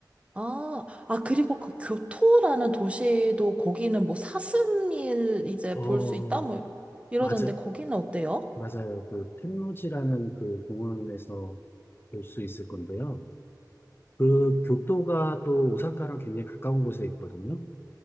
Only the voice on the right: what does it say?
아, 아, 그리고 그 교토라는 도시도 거기는 뭐 사슴일 이제
볼 수 있다? 뭐 이러던데
거기는 어때요?